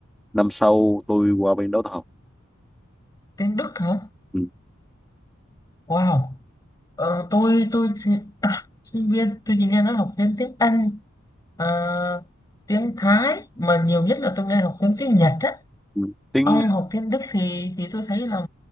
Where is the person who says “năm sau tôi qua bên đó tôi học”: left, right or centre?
Centre